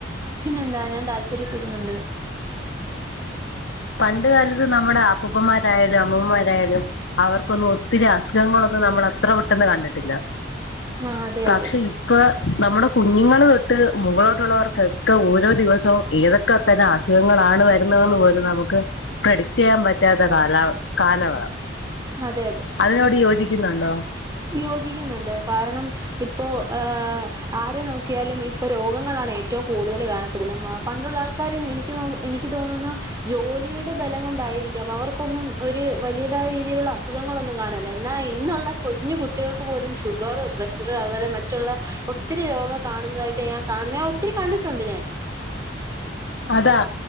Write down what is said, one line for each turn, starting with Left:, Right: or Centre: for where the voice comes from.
Right: പിന്നെന്താ ഞാൻ താല്പര്യപ്പെടുന്നുണ്ട്.
Left: പണ്ട കാലത്ത് നമ്മുടെ അപ്പപ്പമാരായാലും അമ്മമാരായാലും അവർക്കൊന്ന് ഒത്തിരി അസ - സ്തകങ്ങളൊന്നും നമ്മൾ അത്ര പെട്ടെന്ന് കണ്ടിട്ടില്ല
Right: ആ അതെ
Left: പക്ഷെ
Right: അതെ
Left: ഇ ഇപ്പ നമ്മുടെ കുഞ്ഞുങ്ങൾ തൊട്ട് മുകളോട്ടുള്ളവർക്കൊക്കെ ഓരോ ദിവസവും ഏതൊ - ക്കെത്തന്നെ അസുഖങ്ങളാണ് വരുന്നതെന്ന് പോലും നമ്മ ക്ക് പ്രഡിക്ട് ചെയ്യാൻ പറ്റാത്ത കാല കാലവാ
Right: അതെ അതെ
Left: അതിനോട് യോജിക്ക്ന്ന്ണ്ടോ
Right: യോജിക്കുന്നുണ്ട് കാരണം ഇപ്പോ ഏ ആരെ നോക്കിയാലും ഇപ്പൊ രോഗങ്ങളാണ് ഏറ്റവും കൂടുതൽ കാണപ്പെടുന്നത് പണ്ടുള്ളാൾ ൾക്കാര് എനിക്ക് നോ എനിക്ക് തോന്നുന്നു ജോലിയുടെ ബലം കൊണ്ടായിരിക്കാം അവർക്കൊന്നും ഒരു വലിയതായ രീതിയിലുള്ള അസുഖങ്ങളൊന്നും കാണ ല്ല എന്നാ ഇന്നുള്ള കുഞ്ഞു കുട്ടികൾക്ക് പോലും ഷുഗർ, പ്രഷർ അങ്ങനെ മറ്റുള്ള ഒത്തിരി രോഗം കാണുന്നതായിട്ട് ഞാൻ കാണ്ന്നെ ഞാൻ ഒ ത്തിരി കണ്ടിട്ടുണ്ട് ഞാൻ
Left: അതാ